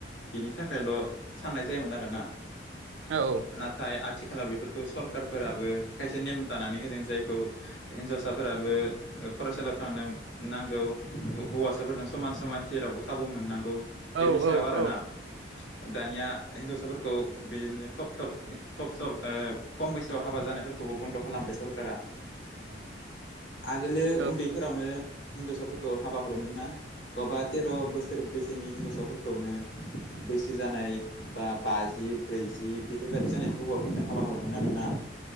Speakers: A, on the left; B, on the right.
A: बिनि थाखायल' साननाय जायोमोन आरोना।
B: औ
A: नाथाय आथिखालाव बेफोरखौ सरखारफोराबो खायसे नेम दानानै होदों जायखौ हिन्जावसाफोराबो फरायसालियाव थांनो नांगौ हौ-हौवासाफोरजों समान- समान जेरावबो खाबु मोननांगौ। बेफोरनि
B: औ
A: सायाव
B: औ
A: आरोना
B: औ
A: दानिया हिनजावसाफोरखौ बिदिनो थब -थब <unintelligible> <unintelligible> खम बैसोआव हाबा जानायफोरखौबो बन्द' खालामबाय सरकारा। आगोलो
B: औ
A: उन्दैफोरावनो हिनजावसाफोरखौ हाबा हरोमोन ना। बहाबा तेर' बोसोर बैसोनि हिनजावसाफोरखौनो बैसो जानाय बा बाजि ब्रैजि बेफोरबायदि जानाय हौवाफोरनो हाबा हरोमोन आरोना।